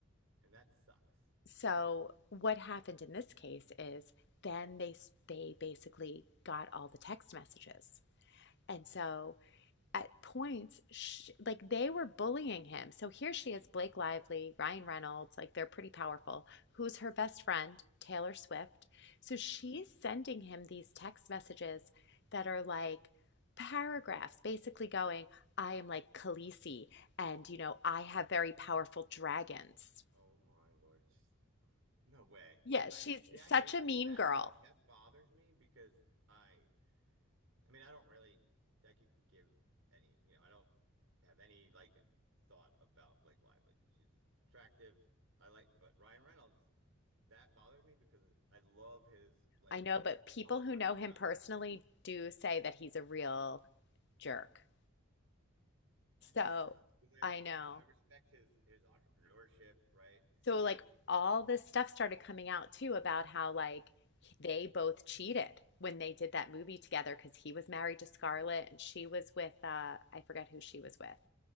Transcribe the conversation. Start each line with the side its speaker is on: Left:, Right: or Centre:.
Right: And that sucks
Left: So
Right: because
Left: what happened in this case is then they s- they basically got all the text messages.
Right: Mm,
Left: And so at points, sh like they were bullying him. So here she is, Blake Lively, Ryan Reynolds, like they're pretty powerful. Who's her best friend? Taylor Swift. So she's
Right: mhm.
Left: sending him these text messages that are like paragraphs, basically going, I am like Khaleesi, and you know, I have very powerful dragons.
Right: Oh my Lord. Just- No way.
Left: Yeah,
Right: I
Left: she's
Right: see I
Left: such
Right: hate
Left: a mean
Right: that. That
Left: girl.
Right: bo that bothers me because I I mean, I don't really, I could give any, you know, I don't have any like thought about Blake Lively. She's attractive. I like, but Ryan Reynolds, that bothered me because I love his like
Left: I know, but people
Right: public
Left: who
Right: persona.
Left: know him personally do say that he's a real jerk.
Right: That
Left: So
Right: sucks because I,
Left: I know.
Right: you know, I respect his his entrepreneurship, right?
Left: So like
Right: His
Left: all this stuff started coming out too about how like they both cheated when they did that movie together because he was married to Scarlett and she was with uh I forget who she was with.